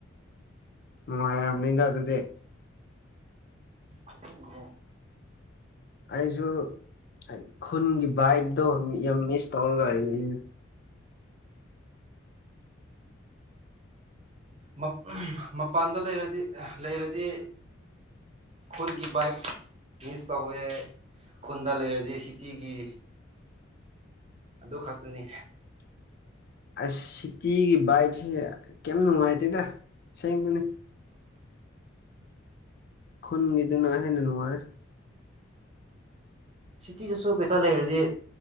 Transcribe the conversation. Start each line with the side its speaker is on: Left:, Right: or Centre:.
Left: ꯅꯨꯡꯉꯥꯏꯔꯝꯃꯅꯤꯗ ꯑꯗꯨꯗꯤ
Right: ꯀꯥꯏꯗꯩꯅꯣꯍꯦ
Left: ꯑꯩꯁꯨ <unintelligible> ꯈꯨꯟꯒꯤ ꯚꯥꯏꯕꯇꯣ ꯌꯥꯝ ꯃꯤꯁ ꯇꯧꯔꯒ <unintelligible>
Right: ꯃꯛ <unintelligible> ꯃ ꯃꯄꯥꯟꯗ ꯂꯩꯔꯗꯤ ꯑꯦꯍ ꯂꯩꯔꯗꯤ ꯈꯨꯟꯒꯤ ꯕꯥꯏꯛ ꯃꯤꯁ ꯇꯧꯋꯦ ꯈꯨꯟꯗ ꯂꯩꯔꯗꯤ ꯁꯤꯇꯤꯒꯤ ꯑꯗꯨ ꯈꯛꯇꯅꯤ
Left: ꯑꯁ ꯁꯤꯇꯤꯒꯤ ꯚꯥꯏꯕꯁꯦ ꯀꯦꯝ ꯅꯨꯡꯉꯥꯏꯇꯦꯗ ꯑꯁꯦꯡꯕꯅꯤ ꯈꯨꯟꯒꯤꯗꯨꯅꯍꯦꯟꯅ ꯅꯨꯡꯉꯥꯏꯌꯦ
Right: ꯁꯤꯇꯤꯗꯁꯨ ꯄꯩꯁꯥ ꯂꯩꯔꯗꯤ